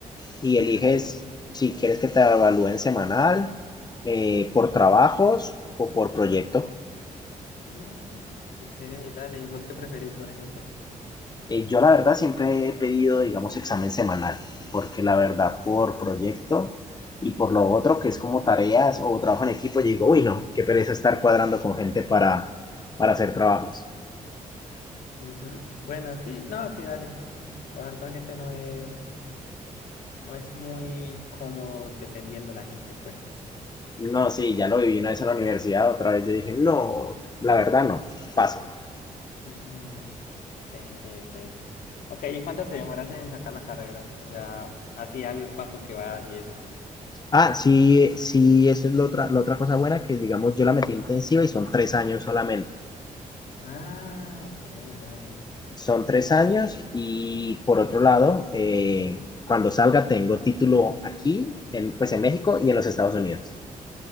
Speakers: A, on the left (about 30°); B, on the left (about 80°).
A: y eliges
B: Ah, ok.
A: si quieres que te evalúen semanal, eh, por trabajos o por proyecto.
B: Mm, ok, dale. ¿Y vos qué preferís, por ejemplo?
A: Eh, yo la verdad siempre he pedido, digamos, examen semanal, porque la verdad por proyecto y por lo otro que es como tareas o trabajo en equipo, yo digo, uy, no, qué pereza estar cuadrando con gente para, para hacer trabajos.
B: Ujú. Bueno, sí, no, sí, dale. Trabajar con gente no es, no es muy cómodo dependiendo la gente, pues.
A: No, sí, ya lo viví una vez en la universidad, otra vez yo dije, no, la verdad no, paso.
B: Mm, breve, breve, breve. Ok, ¿y cuánto te demoras en sacar la carrera? O sea, así al paso que vas y eso.
A: Ah, sí, sí, eso es la otra, la otra cosa buena que, digamos, yo la metí intensiva y son tres años solamente.
B: Ah, ok, dale.
A: son tres años y por otro lado, eh, cuando salga tengo título aquí, en, pues en México y en los Estados Unidos.